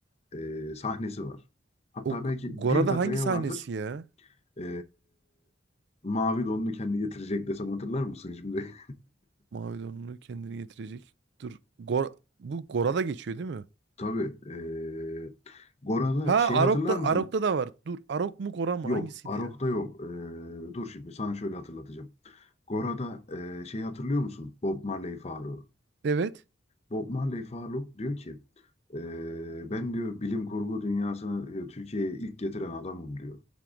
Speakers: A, on the left (about 35°); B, on the right (about 60°).
A: e, sahnesi var. Hatta
B: O G-
A: belki
B: Gora'da
A: bir dakikaya
B: hangi sahnesi
A: vardır.
B: ya?
A: E, mavi donunu kendi getirecek desem hatırlar mısın şimdi?
B: Mavi donunu kendini getirecek. Dur. Gor bu Gora'da geçiyor değil mi?
A: <laughs> Tabii. E, Gora'da
B: Ha
A: şey hatırlar
B: Arok'ta
A: mısın?
B: Arok'ta da var. Dur Arok mu Gora mı
A: Yok.
B: hangisiydi
A: Arok'ta
B: ya?
A: yok. Ee, dur şimdi sana şöyle hatırlatacağım. Gora'da e, şeyi hatırlıyor musun? Bob Marley Faruk.
B: Evet.
A: Bob Marley Faruk diyor ki e, ben diyor bilim kurgu dünyasını diyor, Türkiye'ye ilk getiren adamım diyor.